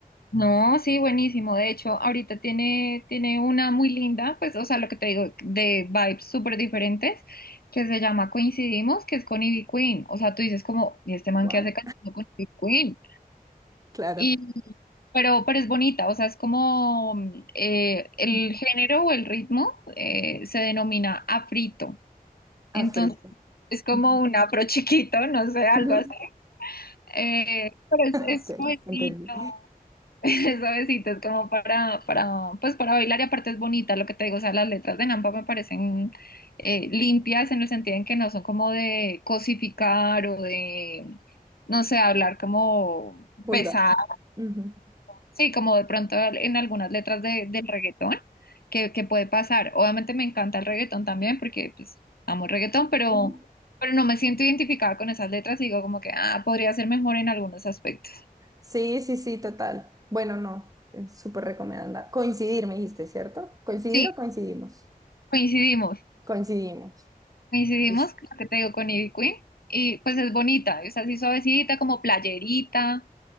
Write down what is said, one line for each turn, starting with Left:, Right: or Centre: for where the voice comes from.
Left: No, sí, buenísimo. De hecho, ahorita tiene, tiene una muy linda, pues, o sea, lo que te digo, de vibes súper diferentes, que se llama Coincidimos, que es con Ivy Queen. O sea, tú dices como, ¿y este man
Right: What?
Left: que hace cantando con Ivy Queen?
Right: Claro.
Left: Y, pero, pero es bonita, o sea, es como mm, eh, el
Right: Ujú.
Left: género o el ritmo eh, se denomina afrito. Entonces,
Right: A frito.
Left: es como
Right: Ujú.
Left: un afro chiquito, no sé, algo
Right: Ujú.
Left: así. Eh, pero
Right: <laughs>
Left: es, es
Right: Ok,
Left: suavecito,
Right: entendí.
Left: <laughs> Es suavecito, es como para, para, pues para bailar y aparte es bonita lo que te digo, o sea, las letras de Nampa me parecen eh, limpias en el sentido en que no son como de cosificar o de, no sé, hablar como
Right: Vulgar.
Left: pesado,
Right: Ujú.
Left: sí, como de pronto en algunas letras de, del reggaetón que, que puede pasar. Obviamente me encanta el reggaetón también porque pues amo el reggaetón, pero,
Right: Ujú.
Left: pero no me siento identificada con esas letras y digo como que, ah, podría ser mejor en algunos aspectos.
Right: Sí, sí, sí, total. Bueno, no, es súper recomendada. Coincidir, me dijiste, ¿cierto? ¿Coincidir
Left: Sí,
Right: o coincidimos?
Left: coincidimos.
Right: Coincidimos.
Left: Coincidimos,
Right: Es
Left: lo que te digo, con Ivy Queen. Y pues es bonita, es así suavecita, como playerita,